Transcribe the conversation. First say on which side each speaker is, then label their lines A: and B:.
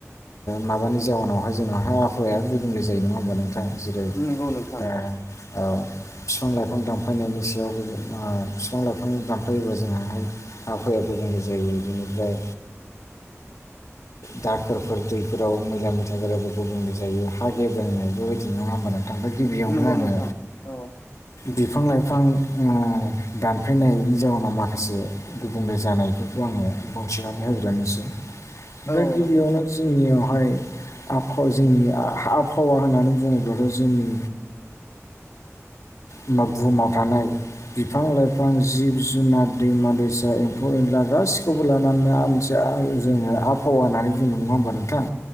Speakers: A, on the left; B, on the left.
A: माबानि जाउनावहाय जाउनावहाय आबहावाया गुबुंले जायो नङा होनबा नोंथां औ जेरै ओ
B: नंगौ नोंथां
A: औ बिफां लाइफां दानफायनायनि सायावबो बिफां लाइफां दानफायोबा जोंहाहाय आबहावाया गुबुंले जायो बिनिफ्राय दाखोरफोर दैफोराव मैला मैथा गोराबो गुबुंले जायो हा गेब्रोंनाय बेबायदि नङा होनोमबानो ओमफ्राय गिबियावनो
B: नंगौ
A: आङो
B: नोंथां औ
A: बिफां लाइफां उम दानफायनायनि जाउनाव माखासे गुबुंले जानायफोरखौ आङो फंसे होग्रोनोसै बे
B: औ
A: दा गिबियावनो
B: नंगौ नोंथां
A: ज जोंनियावहाय आबहाव जोंनि आबहावा होननानै बुङोब्लाथ' जोंनि बुहुमाव थानाय बिफां लाइफां जिब जुनार दैमा दैसा एम्फौ एनला गासैखौबो लानानै आ जोङो आबहावा होननानै जोङो नङा होमबा नोंथां